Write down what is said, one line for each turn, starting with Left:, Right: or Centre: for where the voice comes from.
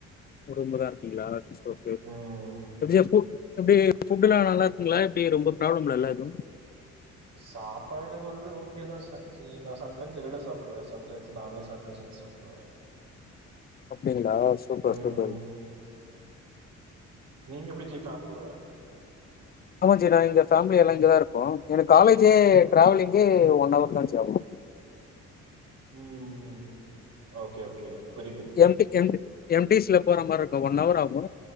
Left: ரூம்லதா இருக்கீங்களா இட்ஸ் ஓகே
Right: ம்
Left: <unintelligible> எப்டி ஃபுட்டு்ல்லா நல்லாருக்குங்ளா எப்டி ரொம்ப ப்ராப்ளம் இல்லல எதுவு
Right: சாப்பாடு வந் து ஓகே தா சச்சின் நா சம்டைம்ஸ் வெளில சாப்புடுவே சம்டைம்ஸ் நானே சமயல் செஞ்சு சாப்டுவே
Left: அப்டிங்களா சூப்பர்
Right: ம்
Left: சூப்பர்
Right: நீங்க எப்டி ஜி ஃபேமிலியோடவா
Left: ஆமா ஜி நா இங்க ஃபேமிலியேல்லா இங்கதா இருக்கோ எனக் காலேஜே டிராவலிங்கே ஒன் ஹவர் தா ஜி ஆகு
Right: ம் ம் ம் ஓகே ஓகே புரியுது புரி
Left: <unintelligible> எம் டி சில போற மாரி இருக்கு ஒன் ஹவர் ஆகு